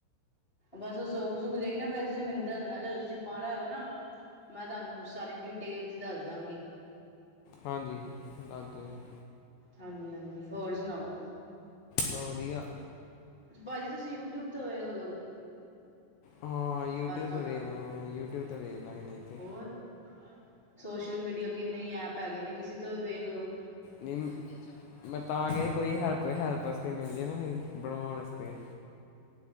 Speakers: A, on the left; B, on the left.
A: ਬਸ ਉਹ ਸੁੱਕ-ਸੁੱਕ ਜਾਦੇਗੀ ਨਾ ਫੇਰ ਤੁਸੀਂ ਮੈਨੂੰ ਦੱਸਣਾ ਜਦੋਂ ਤੁਸੀਂ ਪਾਣਾ ਹੈਏਗਾ ਨਾ ਮੈਂ ਤੁਹਾਨੂੰ ਸਾਰੀ ਡਿਟੇਲ ਚ ਦੱਸ ਦਾਂਗੀ।
B: ਹਾਂਜੀ ਦੱਸ ਦਿਓ ਜੀ।
A: ਹਾਂਜੀ-ਹਾਂਜੀ ਹੋਰ ਸੁਣਾਓ
B: ਬਾ ਵਧੀਆ।
A: ਪਾਜੀ ਤੁਸੀਂ ਯੂ ਟਿਊਬ ਤੋਂ ਵੇਖਲੋ।
B: ਹਾਂ ਯੂਟਿਊਬ
A: ਪਾਉਣਾ
B: ਤੋਂ ਵੇਖ ਲ ਯੂਟਿਊਬ ਤੋਂ ਵੇਖ ਲਾਂਗੇ।
A: ਹੋਰ ਸੋਸ਼ਲ ਮੀਡੀਆ ਕਿੰਨੇ ਹੀ ਐਪ ਹੈਗੇ ਨੇ ਕਿਸੇ ਤੋਂ ਵੀ ਵੇਖ ਲੋ।
B: ਨਹੀਂ ਮੈਂ ਤਾਂ ਕਿਹਾ ਸੀ ਕੋਈ ਹੈਲਪ ਹੈਲਪ ਆਸਤੇ ਮਿਲ ਜੇ ਨਾ ਕੋਈ ਬਣੋਣ ਆਸਤੇ।